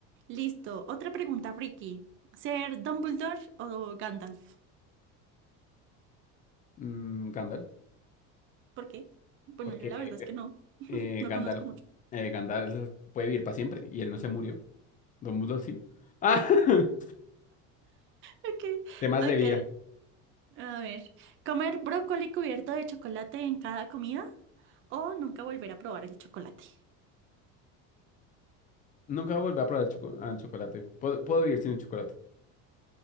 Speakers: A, on the right; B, on the left.
A: Listo. Otra pregunta, Friki. ¿Ser Dumbledore o Gandalf?
B: Mm, Gandalf,
A: porque, bueno,
B: porque
A: yo la verdad es que no,
B: eh,
A: no
B: Gandalf,
A: conozco mucho.
B: eh, Gandalf puede vivir para siempre y él no se murió. Don Bulo, sí. Ah, <laughs>
A: Ok,
B: temas
A: ok,
B: de vida.
A: a ver. ¿Comer brócoli cubierto de chocolate en cada comida o nunca volver a probar el chocolate?
B: Nunca voy a volver a probar el, choco- ah, el chocolate. Puedo, puedo vivir sin el chocolate.